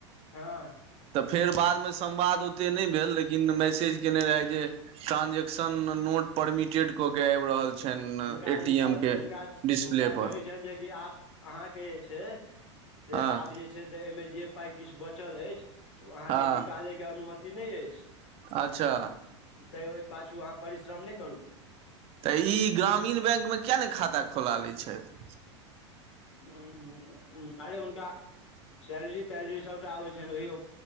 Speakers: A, on the left (about 85°); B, on the right (about 40°).
A: हँ
B: तऽ फेर बादमे संवाद ओते नय भेल लेकिन मैसेज केयने रहय जे ट्रांजेक्शन नोट परमिटेड क के आबि रहल छनि
A: हुनका
B: ए टी
A: लिखल
B: एम के
A: हुनका
B: डिस्प्ले
A: हुनका
B: पर
A: कहै छनि जेकि आप अहाँके जे छै से
B: हँ
A: आब जे जे छै से एहिमे जे पाइ किछु बचल अछि ओ अहाँके
B: हँ
A: निकालैके अनुमति नय अछि
B: अच्छा
A: तै ओहि पाछू अहाँ परिश्रम नहि करू
B: तऽ ई ग्रामीण बैंक मे किया ने खाता खोला लै छथि
A: हूं हूं हूं अरे हुनका सैलरी तैलरी सभटा आबै छनि ओहियो